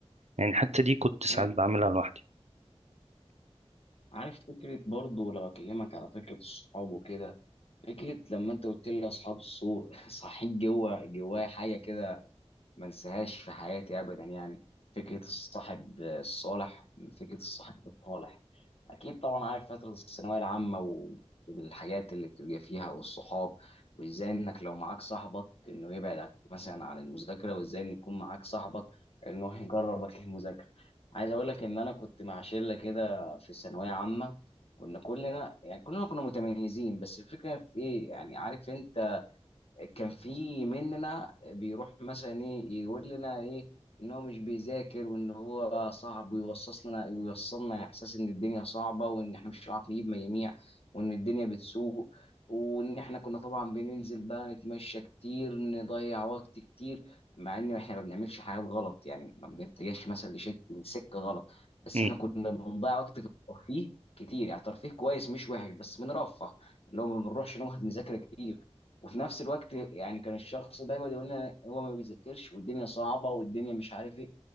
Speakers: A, on the right; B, on the left.
A: يعني حتى دي كنت ساعات
B: آه.
A: بعملها لوحدي
B: عارف فكرة برضو لو أكلمك على فكرة الصحاب وكده فكرة لما انت قلت لي اصحاب السوق <laughs> صحيت جوه جوايا حاجة كده ما انساهاش في حياتي ابدا يعني فكرة الصاحب الصالح فكرة الصاحب الطالح اكيد طبعا عارف فتره الثانويه العامه و- والحاجات اللي بتبقى فيها والصحاب وازاي انك لو معاك صاحبك انه يبعد عن- مثلا عن المذاكره وازاي ان يكون معاك صاحبك انه يجربك للمذاكره عايز اقول لك ان انا كنت مع شله كده في الثانويه عامه كنا كلنا يعني كلنا كنا متميزين بس الفكره في ايه يعني عارف انت كان في مننا بيروح مثلا ايه يقول لنا ايه ان هو مش بيذاكر وان هو صعب ويوصص لنا يوصلنا احساس ان الدنيا صعبه وان احنا مش هنعرف نجيب مجاميع وان الدنيا بتسوء وان احنا كنا طبعا بننزل بقى نتمشى كتير نضيع وقت كتير مع ان احنا ما بنعملش حاجات غلط يعني ما بنتجهش مثلا لشك- لسكه غلط بس
A: مم.
B: احنا كنا بنضيع وقت في الترفيه كتير يعني ترفيه كويس مش وحش بس بنرفه اللي هو ما بنروحش نقعد نذاكر كتير وفي نفس الوقت يعني كان الشخص دايما يقول لي هو ما بيذاكرش والدنيا صعبه والدنيا مش عارف ايه